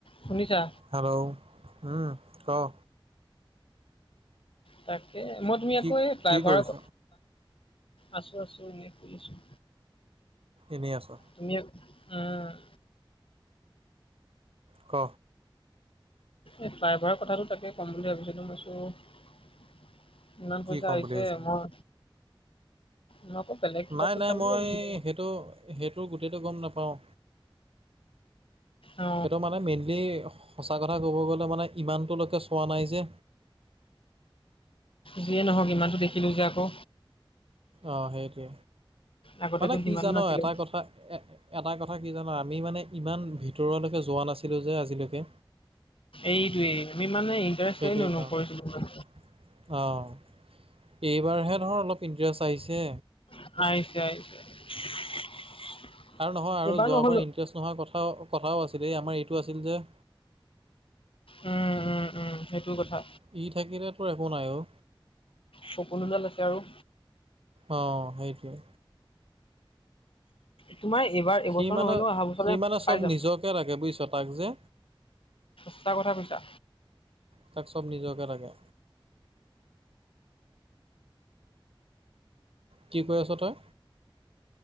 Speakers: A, on the left; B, on the right.
A: শুনিছা?
B: হেল্ল' উম ক'
A: তাকে মই তুমি
B: কি
A: আকৌ এই ফ্লাইঅভাৰত।
B: কি কৰিছ
A: আছো আছো এনেই শুই আছোঁ।
B: এনেই আছ'
A: তুমি এক অ '
B: ক'
A: এই ড্ৰাইভাৰ কথাটো তাকে ক'ম বুলি ভাবিছিলোঁ মই ভাবিছোঁ। ইমান পইচা
B: কি ক'ম
A: আহিছে
B: বুলি ভাবিছিলি
A: মই মই আকৌ বেলেগ কিবা
B: নাই
A: কৈছা
B: নাই
A: বুলি
B: মই
A: ভাবিছিলো।
B: সেইটো সেইটো গোটেইটো গম নাপাওঁ
A: অ
B: সেইটো মানে। বা মেইনলি সঁচা কথা ক'ব গ'লে মানে ইমানটোলৈকে চোৱা নাই যে।
A: যিয়ে নহওক ইমানটো দেখিলোঁ যে আকৌ।
B: অ' সেইটোৱে,
A: আগতেতো
B: মানে কি
A: সিমানো
B: জান
A: নাছিলে।
B: এটা কথা এ এটা কথা কি জান আমি মানে ইমান ভিতৰলৈকে যোৱা নাছিলোঁ যে আজিলৈকে।
A: এইটোয়েই আমি মানে। ইণ্টাৰেষ্টে
B: সেইটোৱেই কাৰণ।
A: নকৰিছিলো ইমান।
B: অ' এইবাৰহে ধৰ অলপ ইণ্টাৰেষ্ট আহিছে।
A: <unintelligible>
B: আৰু নহয় আৰু
A: এইবাৰ
B: যোৱাৰ
A: নহ'লো
B: পৰা ইণ্টাৰেষ্ট নোহোৱা কথা কথাও আছিল এই আমাৰ এইটো আছিল যে।
A: উম উম উম সেইটো কথা।
B: ই থাকিলে তোৰ একো নাই ও।
A: সপোনতে দেখে আৰু।
B: অ, সেইটোৱে।
A: তোমাৰ এইবাৰ, এইবছৰ
B: সি মানে
A: নহলেও অহা বছৰলে
B: সি মানে
A: পাই
B: চব
A: যাম।
B: নিজকে লাগে বুজিছ তাক যে,
A: সঁচা কথা কৈছা?
B: তাক চব নিজকে লাগে। কি কৈ আছ তই?